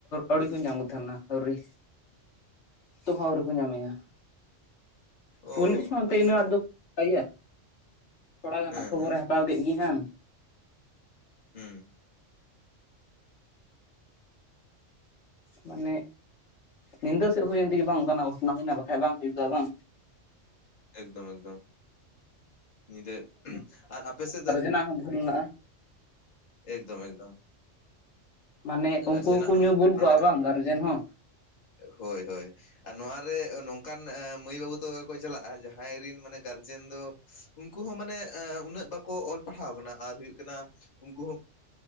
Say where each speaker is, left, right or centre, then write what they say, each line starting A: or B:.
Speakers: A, on the left; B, on the left.
A: ᱟᱹᱣᱨᱤ ᱠᱚᱧ ᱧᱟᱢ ᱠᱚ ᱛᱟᱦᱮᱱᱟ ᱟᱹᱣᱨᱤ ᱛᱚᱦᱚᱸ ᱟᱹᱣᱨᱤ᱾ ᱠᱩ ᱧᱟᱢᱮᱭᱟᱪ
B: ᱚ
A: ᱯᱩᱞᱤᱥ ᱦᱚ ᱛᱤᱱᱟᱜ
B: ᱟᱪᱪᱷᱟ
A: ᱟᱫᱚ ᱟᱭᱟ ᱛᱷᱚᱲᱟᱜᱟᱱ
B: ᱦᱮᱸ
A: ᱦᱟᱜ ᱠᱷᱚᱵᱚᱨᱮ
B: ᱦᱮᱸ
A: ᱦᱟᱛᱟᱣ ᱠᱮᱜ ᱜᱮ ᱦᱟᱝ᱾
B: ᱦᱩᱸ
A: ᱢᱟᱱᱮ ᱧᱤᱫᱟᱹ ᱥᱮᱫ ᱦᱩᱭᱮᱱ ᱛᱮᱜᱮ ᱵᱟᱝ ᱚᱱᱠᱟᱱᱟᱜ ᱜᱷᱚᱴᱚᱱᱟ ᱦᱩᱭᱱᱟ ᱵᱟᱠᱷᱟᱡ ᱵᱟᱝ ᱦᱩᱭᱠᱚᱼᱟ ᱵᱟᱝ᱾
B: ᱮᱠᱫᱚᱢ ᱮᱠᱫᱚᱢ ᱧᱤᱫᱟᱹ ᱟᱨ ᱟᱯᱮ ᱥᱮᱫ ᱫᱚ
A: ᱚᱱᱟ ᱦᱚᱸ ᱵᱷᱩᱞ ᱱᱟᱜᱼᱟ᱾
B: ᱮᱠᱫᱚᱢ ᱮᱠᱫᱚᱢ᱾
A: ᱢᱟᱱᱮ
B: ᱜᱟᱨᱡᱮᱱᱟᱜ
A: ᱩᱝᱠᱩ ᱦᱚᱸᱠᱚ ᱧᱩ ᱵᱩᱞ
B: ᱱᱚᱰᱮ
A: ᱠᱚᱣᱟ ᱵᱟᱝ ᱜᱟᱨᱡᱮᱱ ᱦᱚᱸ᱾
B: ᱦᱳᱭ ᱦᱳᱭ᱾ ᱟᱨ ᱱᱚᱣᱟᱨᱮ ᱱᱚᱝᱠᱟᱱ ᱮ ᱢᱟᱹᱭ ᱵᱟᱹᱵᱩ ᱛᱟᱠᱚ ᱜᱮᱠᱚ ᱪᱟᱞᱟᱜᱼᱟ ᱡᱟᱦᱟᱸᱭ ᱨᱮᱱ ᱢᱟᱱᱮ ᱜᱟᱨᱡᱮᱱ ᱫᱚ ᱩᱝᱠᱩ ᱦᱚᱸ ᱢᱟᱱᱮ ᱮ ᱩᱱᱟᱹᱜ ᱵᱟᱠᱚ ᱚᱞ ᱯᱟᱲᱦᱟᱣ ᱠᱟᱱᱟ ᱟᱨ ᱦᱩᱭᱩᱜ ᱠᱟᱱᱟ ᱩᱝᱠᱩ ᱦᱚᱸ